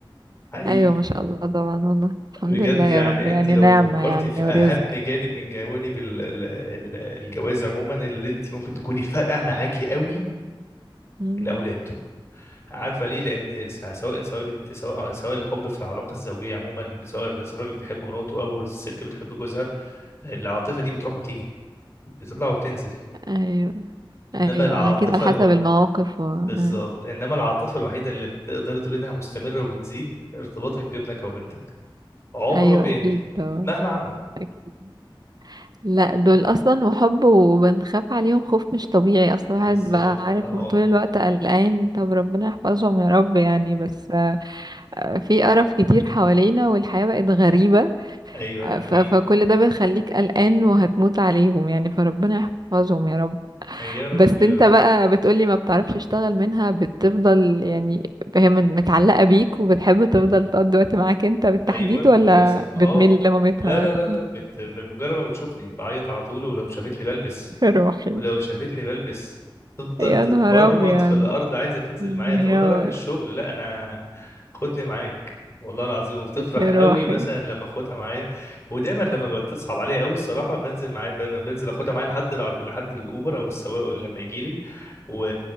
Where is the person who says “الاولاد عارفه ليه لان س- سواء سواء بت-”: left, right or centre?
Left